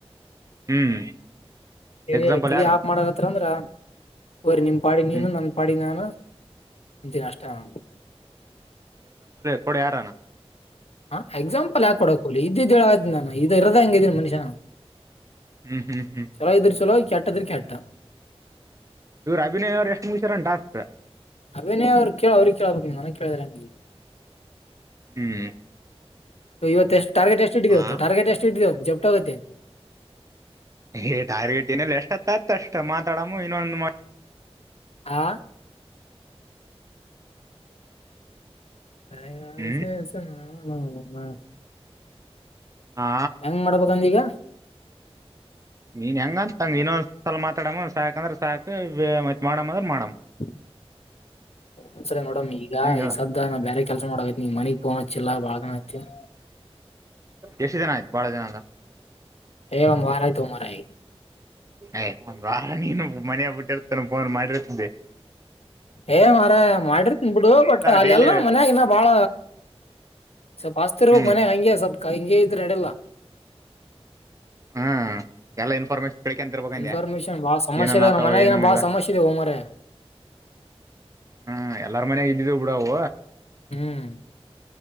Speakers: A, on the right; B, on the left.
A: ಹ್ಮ್
B: ತೇಲಿ
A: ಎಕ್ಸಾಂಪಲ್
B: ತೇಲಿ
A: ಯಾರ
B: ಆಪ್ ಮಾಡಕತ್ರ ಅಂದ್ರ. ಹೊರಿ ನಿಮ್ ಪಾಡಿ ನೀನು
A: ಹ್ಮ್
B: ನನ್ನ ಪಾಡಿ ನಾನು ಅಂತೀನಿ ಅಷ್ಟೇ ನಾನು.
A: ಕೊಡಿ ಯಾರಾನ.
B: ಹಾ ಎಕ್ಸಾಂಪಲ್ ಯಾಕ ಕೊಡಕ ಹೊಲಿ ಇದ್ದದ ಹೇಳಾಕಾತಿನಿ ಇದ ಇರದ ಹಂಗ ಐತಿ ಮನುಷ ನಾ
A: ಹ್ಮ್ ಹ್ಮ್ ಹ್ಮ್
B: ಚಲೋ ಇದ್ರ ಚಲೋ ಕೆಟ್ಟ ಇದ್ರ ಕೆಟ್ಟ
A: ಇವ್ರ ಅಭಿನಯ ಅವ್ರು ಎಷ್ಟು ಮುಗ್ಸ್ಯಾರೆನ್ ಟಾಸ್ಕ್,
B: ಅಭೀನಯ ಅವ್ರ್ ಕೇಳ ಅವ್ರಿಗ್ ಕೇಳ್ಬೇಕು ನೀನ್ ನನಿಗ್ ಕೇಳಿದ್ರೆಂಗಿ
A: ಹ್ಮ್
B: ಇವತ್ತು ಎಷ್ ಟಾರ್ಗೆಟ್ ಎಷ್ಟ್ ಇಟ್ಟಿದಿವತ್ತು
A: ಹಾ
B: ಟಾರ್ಗೆಟ್ ಎಷ್ಟ ಇಟ್ಟಿದೆವ ಜಸ್ಟ್ ಆಗೈತಿ.
A: ಏ ಟಾರ್ಗೆಟ್ ಏನಿಲ್ಲ ಎಷ್ಟೋತ್ ಆತ್ ಅಷ್ಟ್ ಮಾತಾಡಮ್ಮ ಇನ್ನೊಂದು ಮ್
B: ಆ ಕರೆಯ
A: ಹ್ಮ್
B: ಎಸ ಎಸ ಅವ್ನ್ ನೌನ
A: ಹಾ
B: ಗ್ ಮಾಡ್ಬೇಕಂದೀಗ.
A: ನೀನ್ ಹೆಂಗ ಅಂತಂಗ್ ಇನ್ನೊಂದಸಲ ಮಾತಾಡಮ್ಮ ಸಾಕ ಅಂದ್ರ ಸಾಕ್ ಮತ್ತ್ ಮಾಡಮ್ಮ ಅಂದ್ರ ಮಾಡಮ್.
B: <inaudible> ಒಂದ್ಸರಿ ನೋಡಮ್ ಈಗ
A: ಹೆಂಗ ಹೇಳ
B: ಈಗ ಸದ್ಯ ನಾ ಬೇರೆ ಕೆಲಸ ಮಾಡೊಕತ್ನೀ ಮನಗ್ಫೋನ್ ಹಚ್ಚಿಲ್ಲಾ ಬಾಳದಿನ ಐತಿ. <inaudible>
A: ಎಷ್ಟು ದಿನ ಆಯ್ತು ಬಾಳ ದಿನ ಅಂದ್ರ
B: ಏಯ್ ಒಂದ್ ವಾರ ಆಯ್ತು ಮಾರಯ್
A: ಏಯ್ ಒಂದ್ ವಾರ ನೀನು ಮನೆಯಾ ಬಿಟ್ಟಿರ್ತೇನ ಫೋನ್ ಮಾಡಿರ್ತಿದ್ದಿ.
B: ಏ ಮಾರಯ ಮಾಡಿರ್ತಿನ್ ಬಿಡು ಬಟ್ ಅಲ್ಲೆಲ್ಲ
A: ಡೈಲಿ
B: ಮನ್ಯಾಗಿನ್ನು ಬಾಳ ಸ್ವಲ್ಪ ಆಸ್ತಿರ್ವಾಗ
A: ಹ್ಮ್
B: ಮನೆ ಹಂಗೆ ಸ್ವಲ್ ಹಿಂಗೆ ಇದ್ರೆ ನಡ್ಯಲ್ಲ.
A: ಹ್ಮ ಎಲ್ಲಾ ಇನ್ಫಾರ್ಮೇಶ್ ಕಳ್ಕಂತೀರ್ಬೇಕಂದ್ಯ
B: ಇನ್ಫಾರ್ಮೇಶನ್ ಬಾಳ ಸಮಸ್ಯೆ
A: ಏನನ್
B: ಅದ
A: ಆತವು
B: ನಮ್ಮ ಮನ್ಯಾಗ
A: ಏನೇನಿಲ್ಲ.
B: ಏನ ಬಾಳ ಸಮಸ್ಯೆ ಇದೆ ಮಾರಾಯ
A: ಹ್ಮ ಎಲ್ಲಾರ್ ಮನಯಾಗ ಇದ್ವಿ ಬಿಡವು.
B: ಹ್ಮ್